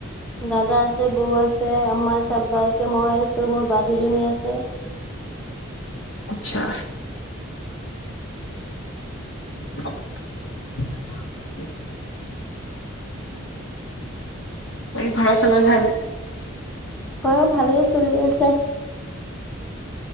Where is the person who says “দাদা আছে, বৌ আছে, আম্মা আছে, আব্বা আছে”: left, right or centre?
Centre